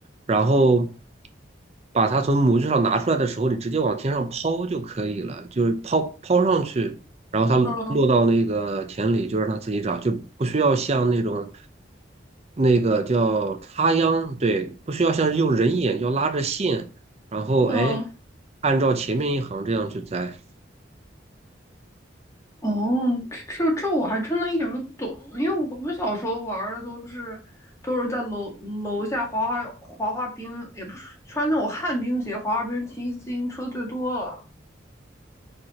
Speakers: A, on the right; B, on the left.
A: 然后把它从模具上拿出来的时候，你直接往天上抛就可以了，就是抛抛上去，然后它落到那个田里就让它自己长，
B: 嗯
A: 就不需要像那种。那个叫插秧，对，不需要像是用人眼要拉着线，然后哎，
B: 嗯，
A: 按照前面一行这样去栽。
B: 哦，这这我还真的一点儿都不懂，因为我们小时候玩儿的都是都是在楼楼下滑滑滑滑冰，也不是穿那种旱冰鞋滑滑冰，骑自行车最多了。